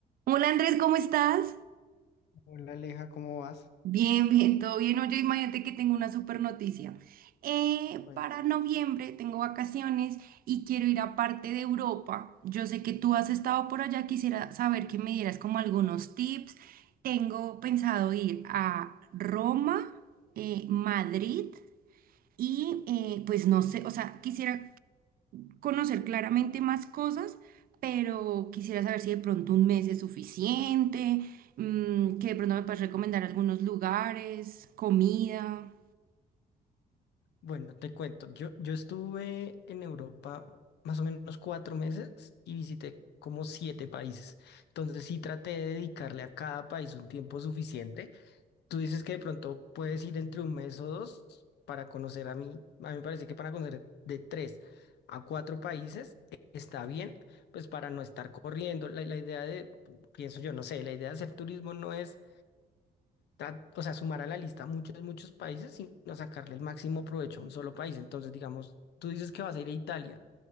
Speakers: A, on the right (about 60°); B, on the left (about 80°).
A: Hola Andrés, ¿cómo estás?
B: Hola Aleja, ¿cómo vas?
A: Bien, bien, todo bien. Oye, imagínate que tengo una super noticia. Eh,
B: Cuen-
A: para noviembre tengo vacaciones y quiero ir a parte de Europa. Yo sé que tú has estado por allá, quisiera saber que me dieras como algunos tips. Tengo pensado ir a Roma, eh, Madrid y eh, pues no sé, o sea, quisiera conocer claramente más cosas, pero quisiera saber si de pronto un mes es suficiente, mm, que de pronto me puedes recomendar algunos lugares, comida.
B: Bueno, te cuento, yo, yo estuve en Europa más o menos cuatro meses y visité como siete países. Entonces sí traté de dedicarle a cada país un tiempo suficiente. Tú dices que de pronto puedes ir entre un mes o dos para conocer a mí. A mí me parece que para conocer de tres a cuatro países eh, está bien, pues para no estar corriendo. La, la idea de, pienso yo, no sé, la idea de hacer turismo no es tra- o sea, sumar a la lista muchos, muchos países, sino sacarle el máximo provecho a un solo país. Entonces, digamos, tú dices que vas a ir a Italia,